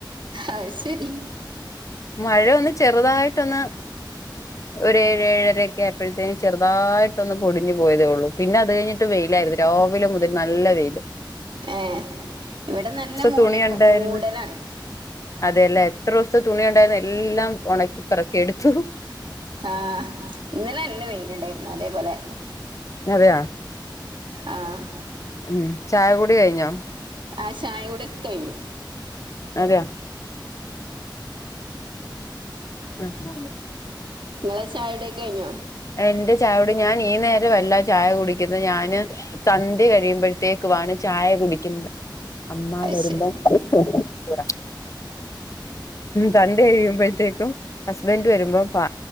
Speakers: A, on the right; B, on the left.
A: അയ് ശരി
B: മഴയൊന്ന് ചെറുതായിട്ടൊന്നു ഒരേഴഴരയക്കെയായപ്പഴ്ത്തേനു ചെറുതായിട്ടൊന്നു പൊടിഞ്ഞുപോയതേയുള്ളു പിന്നെ അതു കഴിഞ്ഞിട്ട് വെയിലായിരുന്നു, രാവിലെ മുതൽ നല്ല വെയിൽ.
A: ആഹ് ഇവിടെ നല്ല മൂടിക്കു
B: തുണി ഉണ്ടായിരുന്നു
A: മൂടലാണ്.
B: അതെല്ലേ എത്ര ദിവസത്തെ തുണിയുണ്ടായിരുന്ന എല്ലാം ഉണക്കി പെറുക്കിയെടുത്തു
A: ആഹ് ഇന്നലെ നല്ല വെയിലുണ്ടായിരുന്നു. അതേപോലെ
B: അറിയാം
A: ആഹ്
B: ഉം ചായകുടി കഴിഞ്ഞോ?
A: ആഹ് ചായകുടി കഴിഞ്ഞു
B: അതെയോ? മൂ ഹു
A: നിങ്ങടെ ചായകുടിയൊക്കെ കഴിഞ്ഞോ
B: എൻ്റെ ചായകുടി ഞാനീനേരം ആല്ല ചായ കുടിക്കുന്നത് ഞാൻ സന്ധ്യ കഴിയുമ്പോഴത്തേക്കു ആണ് ചായ കുടിക്കുന്നത്. അമ്മ
A: അത്
B: വരുമ്പോൾ
A: ശരി
B: <unintelligible> സന്ധ്യ കഴിയുമ്പോഴത്തേക്കും ഹസ്ബൻഡ് വരുമ്പോ പാ